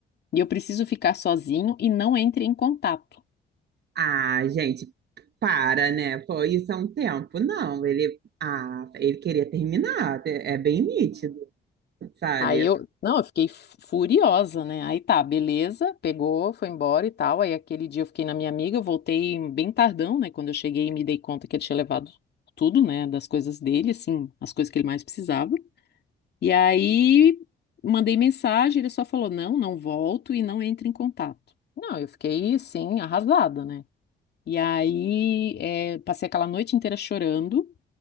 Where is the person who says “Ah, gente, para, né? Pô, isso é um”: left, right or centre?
Right